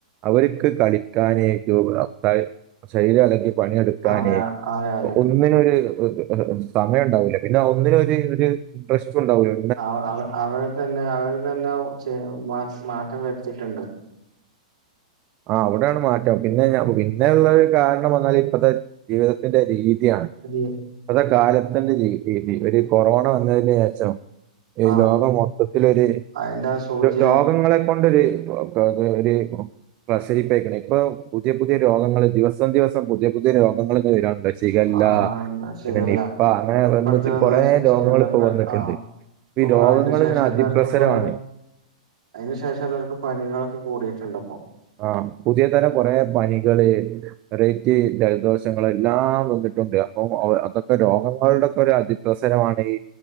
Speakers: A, on the right; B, on the right.
A: അവര്ക്ക് കളിക്കാനേ <unintelligible> ശരീരം എളകി പണിയെടുക്കാനെ
B: അതെ അതെ അതെ
A: ഒന്നിനൊര് <unintelligible> സമയം ഉണ്ടാവൂല്ല പിന്നെ ഒന്നിനൊരു ഒര് ട്രസ്റ്റും ഉണ്ടാവൂല
B: അവ അവ അവരെ തന്നെ അവരെ തന്നെ ച്ചെ മാറ്റം വരുത്തിട്ടുണ്ട്
A: ആഹ് അവിടെണ് മാറ്റം പിന്നെഞ പിന്നെള്ള ഒരു കാരണംന്നാല് ഇപ്പത്തെ ജീവിതത്തിന്റെറെ രീതിയാണ്
B: അതെ
A: ഇപ്പത്തെ കാലത്തിന്റെ രീതി ഒരു കൊറോണ വന്നതിന് ശേഷം ഈ
B: ആ
A: ലോകം മൊത്തത്തിലൊരു
B: അതിന്റെ ആ സൂചി
A: രോഗങ്ങളെകൊണ്ടൊരു രോഗ ഒര് പ്രസരിപ്പയിക്കണ് ഇപ്പൊ പുതിയ പുതിയ രോഗങ്ങൾ ദിവസം ദിവസം പുതിയ പുതിയ രോഗങ്ങളന്ന വരുണ്ട് ശികല്ല
B: ആ ശരിയല്ല
A: പിന്നെ നിപ്പ അങ്ങനെ
B: ഇപ്പടുത്ത്
A: വന്നിട്ട്
B: വന്ന
A: കൊറേ രോഗങ്ങ
B: ശരിയല്ല
A: ഇപ്പോ
B: ഇപ്പ
A: വന്നിട്ടുണ്ട്
B: ആ
A: ഈ
B: അപ്പൊ
A: രോഗങ്ങളിങ്ങനെ
B: അതിന് ശേഷം
A: അതിപ്രസരമാണ്
B: എല്ലാർക്കും കൊറെ അതിന് ശേഷം എല്ലാവർക്കും പനികളൊക്കെ കൂടിയിട്ടുണ്ട് അപ്പൊ
A: ആഹ് പുതിയ തരം കൊറെേ പനികള് വെറൈറ്റി ജലദോഷങ്ങൾ എല്ലാം വന്നിട്ടുണ്ട് അപ്പൊ അതൊക്കെ രോഗങ്ങളുടെ ഒരു അതിപ്രസരമാണ് ഈ